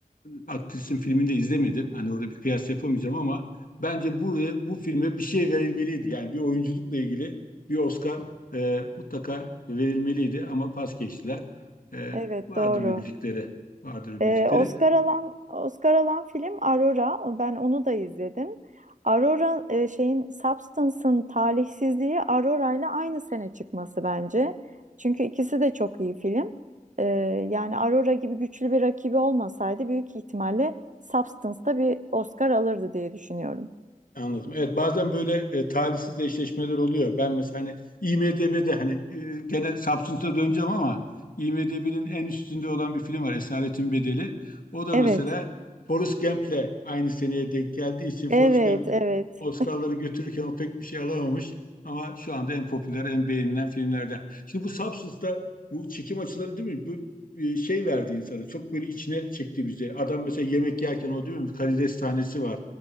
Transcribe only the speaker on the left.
aktrisin filmini de izlemedim. Hani orada bir kıyas yapamayacağım ama bence bu bu filme bir şey verilmeliydi. Yani bir oyunculukla ilgili bir Oscar e, mutlaka verilmeliydi ama pas geçtiler. E,
vardır
bir bildikleri, vardır bir
bildikleri.
Anladım. Evet bazen böyle e, talihsiz eşleşmeler oluyor. Ben mesela hani IMDb'de hani e, gene Samsun'da döneceğim ama IMDb'nin en üstünde olan bir film var Esaretin Bedeli. O da
mesela Forrest Gump'le aynı seneye denk geldiği için Forrest
Gump
Oscar'ları götürürken o pek bir şey alamamış. Ama şu anda en popüler, en beğenilen filmlerden. Şimdi bu Substance'da bu çekim açıları değil mi? Bu e, şey verdi insanı. Çok böyle içine çekti bizi. Adam mesela yemek yerken o değil mi? Bir karides tanesi var.